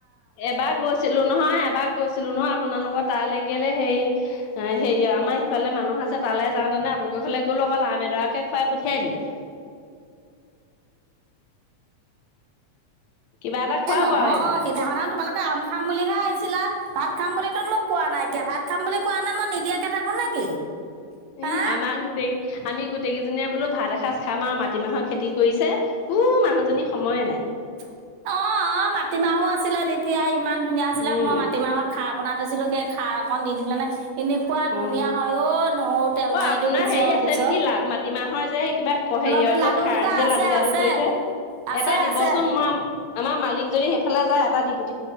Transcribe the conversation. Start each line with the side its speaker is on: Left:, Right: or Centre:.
Left: এবাৰ গৈছিল। গৈছিলোঁ নহয়, এবাৰ গৈছিলোঁ নহয় আপোনালোকৰ তালৈ কেলেই হেৰি হেৰি আমাৰ ইফালে মানুহ আছে, তালে যাওঁতেনে মলগ ফালে গ'লো অকল আম এডৰাকে <unintelligible> খুৱাই পঠিয়াই দিলে কিবা এটা খুৱাব
Right: এই নহয়,
Left: আৰু এইবাৰ
Right: সেইদিনাখন তোমালোকে আম খাম বুলিহে আহিছিলা, ভাত খাম বুলিতো মোক কোৱা নাইকিয়া ভাত খাম বুলি কোৱা নাই মই নিদিয়াকে থাকো নেকি হা
Left: ই আমাৰ গোটেই, আমি গোটেই কেইজনীয়ে বোলো ভাত এসাঁজ খাম আৰু মাটিমাহৰ খেতি কৰিছে উহ মানুহজনীৰ সময়ে নাই।
Right: অহ। অহ, মাটিমাহো আছিলে তেতিয়া ইমান ধুনীয়া হৈছিলে
Left: উম
Right: মই মাটিমাহৰ খাৰ বনাই থৈছিলো, সেই খাৰ অকণ দিদিলা নে। এনেকুৱা ধুনীয়া
Left: অ
Right: হয় অই নহৰু তেল
Left: অ
Right: মাৰি
Left: আপোনাৰ
Right: দিও পিছল
Left: হেৰি আছে
Right: পিছল
Left: নেকি লা মাটিমাহৰ যে সেই কিবা হেৰিয়ৰ
Right: লাডু
Left: যে
Right: লাডুকেইটা
Left: খাৰটো যে
Right: আছে
Left: লাডু লাডু
Right: আছে।
Left: কৰি থয়
Right: আছে
Left: এটা দিবচোন
Right: আছে
Left: মই আমাৰ মালিক যদি সেইফালে যায় এটা দি দিব।